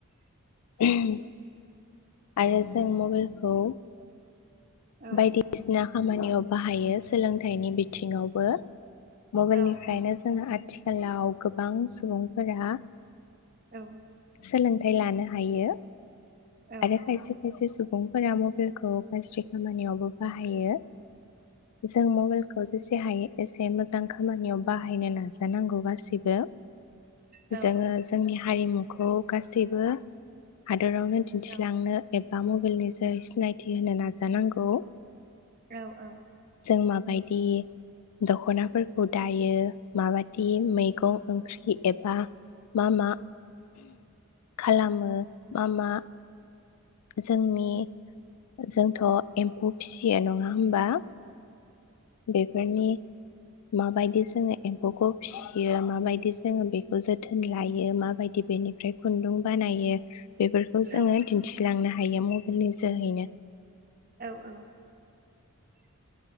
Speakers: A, on the left (about 85°); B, on the right (about 40°).
A: <inaudible> आरो जों मबाइलखौ
B: औ
A: बायदिसिना खामानियाव बाहायो सोलोंथाइनि बिथिङावबो मबाइल
B: औ
A: निफ्रायनो जोङो आथिखालाव गोबां सुबुंफोरा
B: औ।
A: सोलोंथाइ लानो हायो।
B: औ
A: आरो
B: औ
A: खायसे खायसे सु फोरा मबेलखौ खामानियावबो बाहायो जों मबाइलखौ खौ जेसे हायो एसे मोजां खामानियाव बाहायनो नाजानांगौ गासिबो
B: औ
A: जोङो जोंनि हारिमुखौ खौ गासैबो हादोरावनो दिन्थिलांनो
B: औ
A: एब बा मबाइलनि जो सिनायथि होनो नाज जानांगौ
B: औ औ
A: जों माबायदि दखनाफोरखौ दायो माबाय दि मैगं ओंख्रि एबा मा मा खालामो मामा जोंनि जोंथ' एम्फौ फिसियो नङा होमबा? बेफोरनि माबायदि जोङो एम्फौखौ फियो माबायदि जोङो बेखौ जोथोन लायो माबायदि बेनि ओमफ्राय खुन्दुं बानायो बेफोरखौ जोङो
B: औ
A: दिन्थिलांनो हायो। नि जाहैनो
B: औ औ